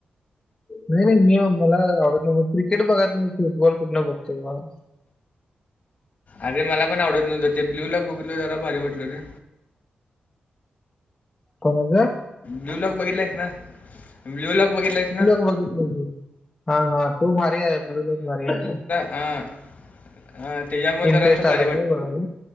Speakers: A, on the left; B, on the left.
A: नाही, नाही मी मला आवडत नाही म क्रिकेट बघत नाही फुटबॉल कुठला बघतोय भावा.
B: अरे मला पण आवडत नव्हं ते ब्लू ला बोगलो जरा भारी वाटलो रे.
A: कोणा च?
B: ब्ल्यू लॉक बघितलास ना, ब्ल्यू लॉक बघितलास ना.
A: बघितल मी हा, हा, तो भारी आहे. ब्लु भारी आहे.
B: अ त्याच्यामुळे
A: इंटरेस्ट
B: जरा अस
A: आलाय
B: भारी वाट
A: काय बघायला